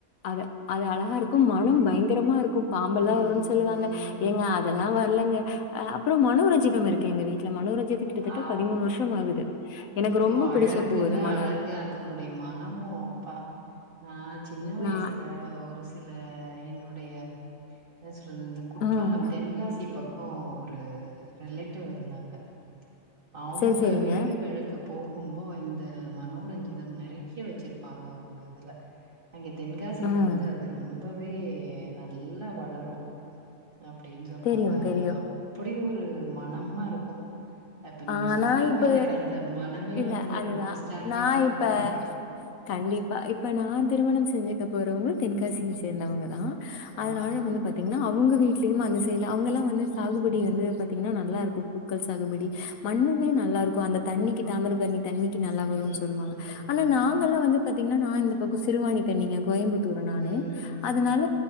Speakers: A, on the left; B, on the right.
A: அ அது அழகா இருக்கும் மணம் பயங்கரமா இருக் கும் பாம்பெல்லா
B: ம்,
A: வருன் சொல்லுவாங்க
B: ம்.
A: ஏங்க அதெல்லா வர்லங்க ஆ அப்றோ மனோரஞ்சிதம் இருக்கு எங்க வீ டால மனோரஞ்சித கிட்டதட்ட
B: ஆ.
A: பதிமூணு வருஷம் ஆகுது எனக்கு
B: ஐயோ
A: ரொம்ப
B: அழகுன்னா
A: பிடிச்ச பூ அது மனோர்
B: அழகு அதனுடைய மனமு அப்பா நா சின்ன வயசுல
A: நா
B: ஒரு சில என்னுடைய எஸ் ருந்த குற்றாலம்
A: ம்
B: தென்காசிப் பக் கொ ஒரு ரிலேட்டிவ் இருந்தாங்க அவ்ங்க
A: சரி சரிங்க
B: வீடுகடுகளு போகும்போ இந்த மனோரஞ்சிதம் நறைய வச்சிருப்பாங்க அவ்ங்க இதுல அங்கே தென்காசில
A: ம்
B: வந்து அது ரொம்ப மே நல்லா வளரு அப்டின் சொல்வாங்க
A: தெரியும்
B: அத
A: தெரியும்
B: அப்டி ஒ ரு மனம்மா இருக்கு அப்ப நீங்க
A: ஆ
B: சொல்லவு
A: நான் இப்ப
B: எனக்கு அந்த மனமே
A: இல்ல
B: வந்து
A: அதுதான்
B: ஒரு நாஸ்டாலஜிக்கா
A: நான்
B: இருக்கு
A: இப்ப
B: எனக்கு
A: கண்டிப்பா இப்ப நான் திருமணம் செஞ்சுக்க போறவங்க தெ <unintelligible> சேந்தவர்கள் அ அதனால
B: ஆ
A: வந்து பாத்தீங்கன்னா அவங்க வீட்டு அந்த சைடல அவங்கல்லா வந்து சாகுபடி வந்து பாத்தீங்கன்னா நல்லா இருக்கும் பூக்கள் சாகுபடி மண்ணுமே நல்லா இருக்கும் அந்த தண்ணிக்கு தாமிரபண்ணி தண்ணிக்கு நல்லா வரும்னு
B: ம்
A: சொல்லுவாங்க
B: ம்
A: ஆனா நாங்கல்லா வந்து பாத்தீங்கன்னா நான் இந்த பக்க சிறுவனி தண்ணிங்க கோயம்புத்தி தூறனானு
B: ம் ம்
A: அதனால
B: ம்